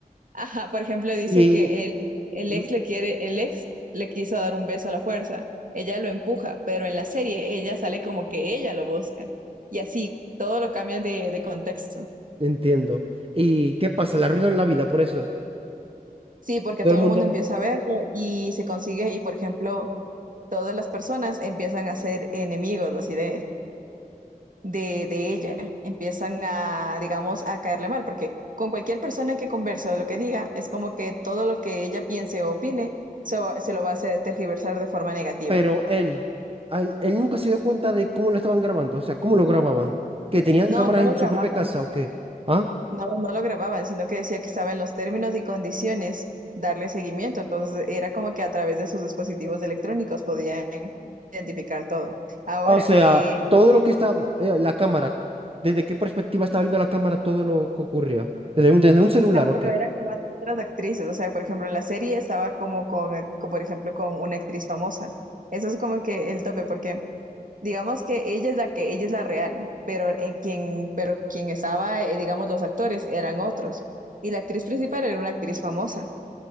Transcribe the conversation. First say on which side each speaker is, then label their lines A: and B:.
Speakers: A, on the right (about 60°); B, on the right (about 40°).
A: ajá, por ejemplo, dice
B: Y,
A: que el, el
B: ¿Mm?
A: ex le quiere, el ex le quiso dar un beso a la fuerza, ella lo empuja, pero en la serie ella sale como que ella lo busca y así todo lo cambian de, de contexto.
B: entiendo. ¿Y qué pasa? Le arruinan la vida por eso.
A: Sí, porque
B: Todo
A: todo
B: el mundo...
A: el mundo empieza a verlo y se consigue y, por ejemplo, todas las personas empiezan a ser enemigos, así de, de, de ella empiezan a, digamos, a caerle mal, porque con cualquier persona que converse o lo que diga, es como que todo lo que ella piense o opine se, va- se lo va a hacer tergiversar de forma negativa.
B: pero él, a él, él nunca se dio cuenta de cómo lo estaban grabando, o sea, cómo lo grababan, que tenían
A: No,
B: cámaras
A: no lo
B: en
A: grababan,
B: su propia casa o qué, ¿ah?
A: no, no lo grababan, sino que decía que estaba en los términos y condiciones darle seguimiento. Entonces era como que a través de sus dispositivos electrónicos podían identificar todo. Ahora,
B: Ah, O sea,
A: eh,
B: todo lo que estaba, eh, la cámara, desde qué perspectiva estaba viendo la cámara todo lo que ocurría, desde un, desde un celular
A: No,
B: o
A: pero
B: qué.
A: era con otras actrices, o sea, por ejemplo, en la serie estaba como con, eh, con, por ejemplo, con una actriz famosa. Eso es como que el tope, porque digamos que ella es la que, ella es la real, pero eh, quien, pero quien estaba, eh, digamos, los actores eran otros. Y la actriz principal era una actriz famosa.